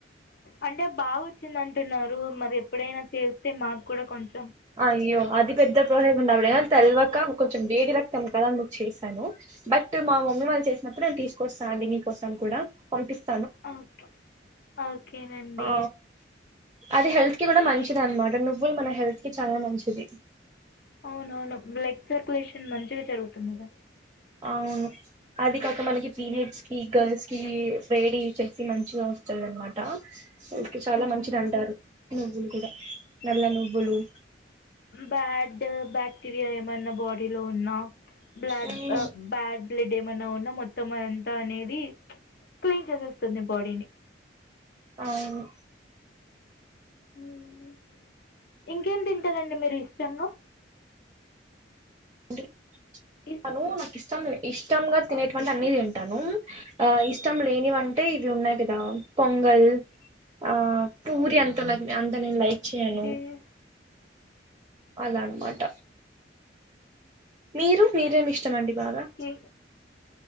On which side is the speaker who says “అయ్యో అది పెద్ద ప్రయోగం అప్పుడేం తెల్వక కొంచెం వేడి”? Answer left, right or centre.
Right